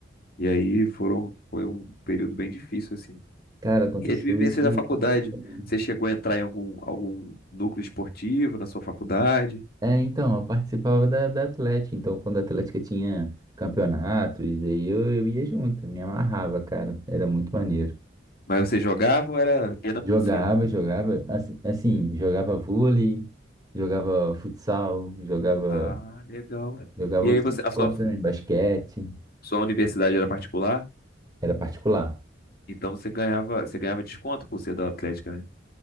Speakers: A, on the left (about 55°); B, on the right (about 20°).
A: E aí foram, foi um período bem difícil, assim.
B: Cara, aconteceu
A: E as vivências
B: isso
A: da faculdade?
B: parecido também.
A: Você chegou a entrar em algum, algum núcleo esportivo na sua faculdade?
B: É, então, eu participava da, da Atlética. Então, quando a Atlética tinha campeonatos, aí eu, eu ia junto, me amarrava, cara. Era muito maneiro.
A: Mas você jogava ou era apenas
B: Jogava,
A: passivo?
B: jogava, assim, assim, jogava vôlei, jogava futsal, jogava,
A: Ah, legal.
B: jogava
A: E
B: outros
A: aí você,
B: esportes
A: a sua,
B: também, basquete,
A: sua universidade era particular?
B: era particular.
A: Então você ganhava, você ganhava desconto por ser da Atlética, né?